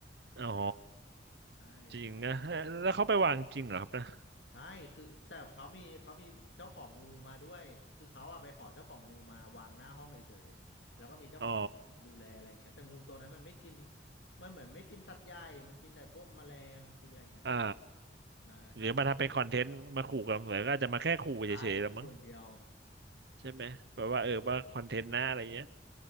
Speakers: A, on the right (about 65°); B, on the left (about 80°).
A: อ๋อ
B: ใช่ใช่
A: จริงนะเแล้วเขาไปวางจริงเหรอครับนะ
B: ใช่คือแต่เขามีเขามีเจ้าของงูมาด้วยคือเขาอะไปขอเจ้าของงูมาวางหน้าห้องเฉยๆแล้วก็มีเจ้าของงูคอยดูแลอะไรอย่างเงี้ยแต่งูตัวนั้นมันไม่กิน
A: อ๋อ
B: มันเหมือนไม่กินสัตว์ใหญ่มันกินแต่พวกแมลงกินอะไรอย่างเงี้ยตัว
A: อ่า
B: ใช่
A: หรือมาทำเป็นคอนเทนต์มาขู่กันหรือก็อาจจะมาแค่ขู่เฉยๆแลวมั้ง
B: ใช่คู่อย่างเดียว
A: ใช่ไหมแบบว่าเออว่าคอนเทนต์หน้าอะไรเงี้ย
B: เออ